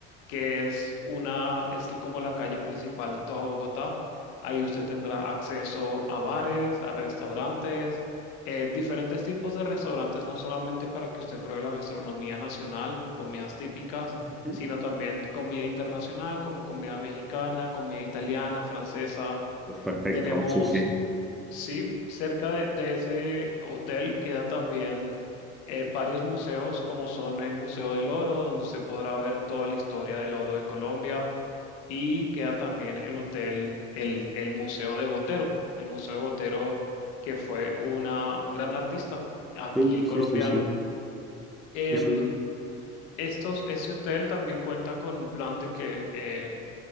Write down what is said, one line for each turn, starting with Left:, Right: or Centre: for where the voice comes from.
Left: que es una, es como la calle principal de toda Bogotá. Ahí usted tendrá acceso a bares, a restaurantes eh, diferentes tipos de restaurantes, no solamente para que usted pruebe la gastronomía nacional, comidas típicas,
Centre: ujú.
Left: sino también comida internacional como comida mexicana, comida italiana, francesa.
Centre: Pues perfecto,
Left: Tenemos
Centre: sí, sí.
Left: Sí, cerca de, de ese hotel queda también eh, varios museos, como son el Museo del Oro, donde se podrá ver toda la historia del oro de Colombia, y queda también el hotel, el, el Museo de Botero, el Museo de Botero, que fue una, un gran artista aquí
Centre: Sí,
Left: colombiano.
Centre: sí, sí, sí,
Left: Em,
Centre: sí, sí.
Left: estos, ese hotel también cuenta con un plan de que eh,